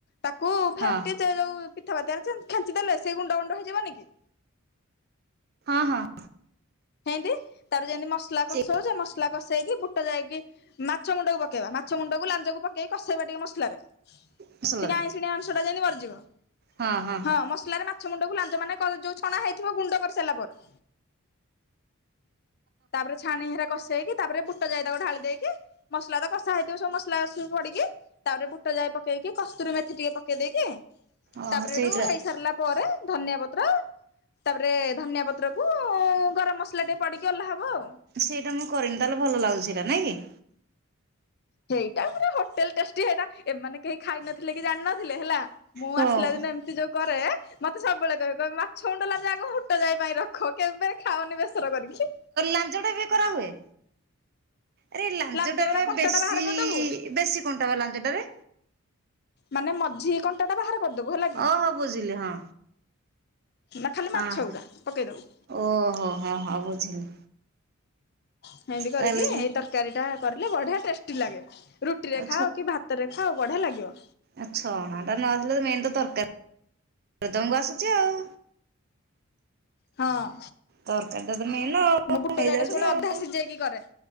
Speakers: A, on the left (about 50°); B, on the right (about 50°).
A: ତାକୁ ଫେଣ୍ଟି
B: ହଁ
A: ଚେ ଯୋଉ ପିଥାପାତିଆ ଖେଞ୍ଚି ଦେଲେ ସେ ଗୁଣ୍ଡ ଗୁଣ୍ଡ ହେଇଯିବନି କି।
B: ହଁ ହଁ।
A: ହେଁଏତି ତାପରେ ଯେମିତି ମସଲା
B: ସେ
A: କଷଉଚେ ମସଲା କଷେଇକି ବୁଟ ଯାଇକି ମାଛ ମୁଣ୍ଡକୁ ପକେଇବା ମାଛ ମୁଣ୍ଡକୁ ଲାଞ୍ଜକୁ ପକେଇକି କଷେଇବା ଟିକେ ମସଲାରେ।
B: ମସଲାରେ
A: ଟିକେ ଆଇଁଷୁଆଣି ଅଂଶ ଟା ଯାଇନି ମରିଯିବ।
B: ହଁ ହଁ।
A: ହଁ ମସଲାରେ ମାଛ ମୁଣ୍ଡକୁ ଲାଞ୍ଜ ମାନେ କ ଯୋଉ ଛଣା ହେଇଥିବ ଗୁଣ୍ଡ କରିସାରିଲ ପରେ। ତାପରେ ଛାଣି ହିରା କଷେଇକି ତାପରେ ବୁଟ ଯାଇ ତାକୁ ଢାଳି ଦେଇକି ମସଲା ତ କଷା ହେଇଥିବ ସବୁ ମସଲା ସ ପଡ଼ିକି ତାପରେ ବୁଟ ଯାଇ ପକେଇକି, କସ୍ତୁରିମେଥି ଟିକେ ପକେଇ ଦେଇେଇକି
B: ଓହୋ
A: ତାପରେ
B: ସେଇଟା
A: ସେଠୁ ହେଇ ସାରିଲା ପରେ ଧନିଆ ପତ୍ର ତାପରେ ଧନିଆ ପତ୍ର କୁ ଗରମ ମସଲା ଟେ ପିଡିକି ଉଲ୍ହା ହେବ ଆଉ।
B: ସେଇଟା ମୁଁ କରିନି ତାହେଲେ ଭଲ ଲାଗୁଥିଲା ନାଇଁ କି।
A: ସେଇଟା ପୁରା ହୋଟେଲ ଟେଷ୍ଟି ସେଇଟା ଏମାନେ କେହି ଖାଇନଥିଲେ କି ଜାଣିନଥିଲେ ହେଲା। ମୁଁ
B: ହଁ
A: ଆସିଲା ଦିନ ଏମିତି ଯୋଉ କରେ ମତେ ସବବେଳେ କହିବେ କହିବେ ମାଛ ମୁଣ୍ଡ, ଲାଜ ଆଗ ହୁଟ ଯାଇ ପାଇଁ ରଖ କେବେ ଖାଅନି ବେସର କରିକି।
B: ଲାଞ୍ଜ ଟା ବି କରାହୁଏ। ଆରେ ଲାଞ୍ଜଟାରେ
A: ଲାଞ୍ଜଉରା କଣ୍ଟାଟା
B: ବେଶୀ
A: ବାହାର କରିଦବୁ
B: ବେଶୀ କଣ୍ଟା ବା ଲାଞ୍ଜ ଟା ରେ।
A: ମାନେ ମଝି କଣ୍ଟା ଟା ବାହାର କରିଦବୁ ହେଲା କି।
B: ଓହୋ ବୁଝିଲି ହଁ
A: ନା ଖାଲି
B: ହଁ
A: ମାଛ ଗୁଡା ପକେଇ ଦବୁ।
B: ଓହୋ ହଁ ହଁ ବୁଝିଲି।
A: ଏମିତି କରିକି
B: ତାହେଲେ
A: ଏଇ ତରକାରୀ ଟା କରିଲେ ବଢିଆ ଟେଷ୍ଟି ଲାଗେ ରୁଟିରେ
B: ଆଉ
A: ଖାଅ କି ଭାତ ତ ରେ ଖାଅ ବଢ଼ିଆ ଲାଗିବ।
B: ଆ ଛଣା ଟା ନ ଆସିଲେ ମେନ୍ ତ ତରକାରୀ ତମକୁ ଆସୁଚି ଆଉ।
A: ହଁ
B: ତରକାରୀଟ ତ ମେନ ଆଉ
A: ମୁଁ ବୁଟ
B: ହେଇଯାଉଚି
A: ଜାଇଟା ସବୁବେଳେ
B: ଆଉ।
A: ଅଧା ସିଝେଇକି କରେ